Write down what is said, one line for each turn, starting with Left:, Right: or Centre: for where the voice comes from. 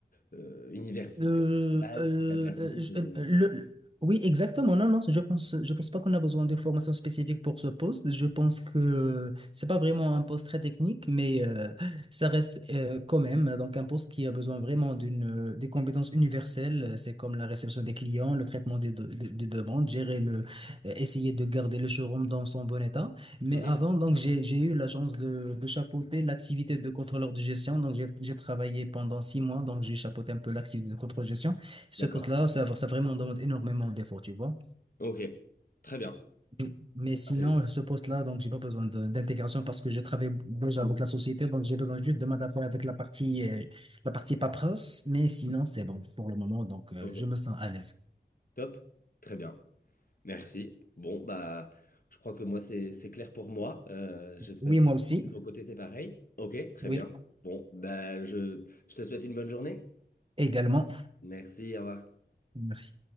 Left: euh, universitaire
Right: Euh,
Left: de base
Right: euh,
Left: qui t'a permis
Right: euh, je-
Left: de...
Right: euh, le, le- oui, exactement. Non, non, je pense, je pense pas qu'on a besoin de formation spécifique pour ce poste. Je pense que c'est pas vraiment un poste très technique, mais euh, ça reste euh, quand même donc un poste qui a besoin vraiment d'une euh, des compétences universelles. C'est comme la réception des clients, le traitement des, de- des- des demandes, gérer le, euh, essayer de garder le showroom dans son bon état. Mais
Left: Mhm.
Right: avant, donc, j'ai, j'ai eu la chance de, de chapeauter l'activité de contrôleur de gestion. Donc, j'ai, j'ai travaillé pendant six mois. Donc, j'ai chapeauté un peu l'activité de contrôleur de gestion. Ce
Left: D'accord.
Right: poste-là, ça, ça vraiment demande énormément d'efforts, tu vois.
Left: Ok. Très bien.
Right: Mm. Mais sinon,
Left: Intéressant.
Right: ce poste-là, donc, j'ai pas besoin de- d'intégration parce que je travaille déjà avec la société. Donc, j'ai besoin juste de m'adapter avec la partie, euh, la partie paperasse. Mais sinon, c'est bon pour le moment. Donc, euh,
Left: Ok.
Right: je me sens à l'aise.
Left: Top. Très bien. Merci. Bon, bah, je crois que moi, c'est c'est clair pour moi. Euh, je ne sais pas
Right: Oui,
Left: si
Right: moi aussi.
Left: de ton côté, c'est pareil. Ok, très
Right: Oui,
Left: bien. Bon, bah, je, je te souhaite une bonne journée.
Right: également.
Left: Merci, au revoir.
Right: Merci.